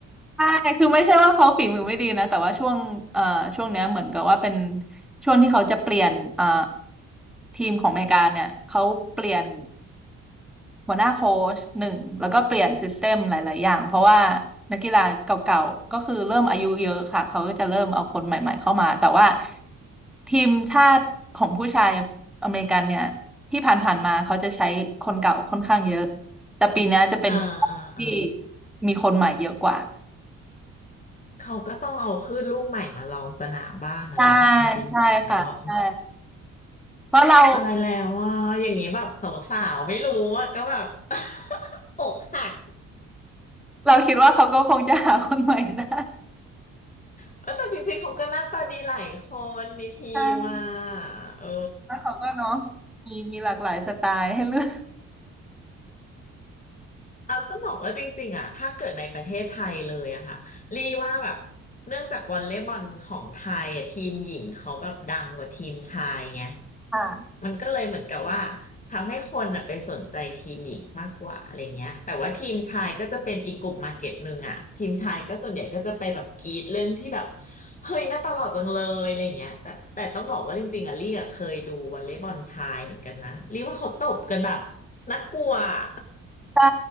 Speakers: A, in the centre; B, on the left (about 25°).
A: ใช่คือไม่ใช่ว่าเขาฝีมือไม่ดีนะแต่ว่าช่วงเอ่อช่วงเนี้ยเหมือนกับว่าเป็นช่วงที่เขาจะเปลี่ยนเอ่อทีมของอเมริกาเนี่ยเขาเปลี่ยน หัวหน้าโค้ชหนึ่งแล้วก็เปลี่ยนซิสเต็มหลาย ๆ อย่างเพราะว่านักกีฬาเก่าๆก็คือเริ่มอายุเยอะค่ะเขาก็จะเริ่มเอาคนใหม่ ๆ เข้ามาแต่ว่าทีมชาติของผู้ชายอเมริกันเนี่ยที่ผ่าน ๆ มาเขาจะใช้คนเก่าค่อนข้างเยอะแต่ปีเนี้ยจะเป็น
B: อ่าอ่าอ่า
A: ที่มีคนใหม่เยอะกว่า
B: เขาก็ต้องเอาขึ้นลูกใหม่มาลองสนามบ้างอะเนาะเอาจริงๆแล้วว่า
A: ใช่ใช่ค่ะใช่เพราะเรา
B: ตายแล้วว่าอย่างนี้แบบสาวๆไม่รู้อ่ะก็แบบ <laughs> อกหัก
A: เราคิดว่าเขาก็คงจะหาคนใหม่ได้
B: เออแต่จริงๆเขาก็หน้าตาดีหลายคนในทีมมา
A: ใช่
B: เออ
A: แล้วเขาก็เนาะมีมีหลากหลายสไตล์ให้เลือก
B: เอาต้องบอกว่าจริงๆอ่ะถ้าเกิดในประเทศไทยเลยอะค่ะรีว่าแบบเนื่องจากวอลเลย์บอลของไทยอะทีมหญิงเขาแบบดังกว่าทีมชายไง
A: ค่ะ
B: มันก็เลยเหมือนกับว่าทำให้คนอะไปสนใจทีมหญิงมากกว่าอะไรเงี้ยแต่ว่าทีมชายก็จะเป็นอีกกลุ่มมาร์เก็ตหนึ่งอะทีมชายก็ส่วนใหญ่ก็จะไปแบบกรี๊ดเรื่องที่แบบเฮ้ยน่าตลอดจังเลยอะไรเงี้ยแต่แต่ต้องบอกว่าจริงๆอะลี่อะเคยดูวอลเลย์บอลชายเหมือนกันนะรีว่าเขาตบกันแบบน่ากลัวอะ
A: ใช่